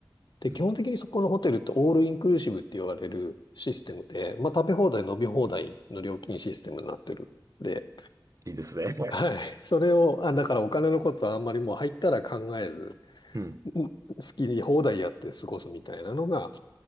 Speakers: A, on the left; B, on the right.
A: で、
B: うん。
A: 基本的にそこのホテルってオールインクルーシブって言われるシステムで、まあ食べ放題、飲み放題の料金システムになってる。で、
B: いいですね。<laughs> はい。
A: はい。それを、あ、だからお金のことはあんまりもう入ったら考えず、
B: うん。
A: ん好きに放題やって過ごすみたいなのが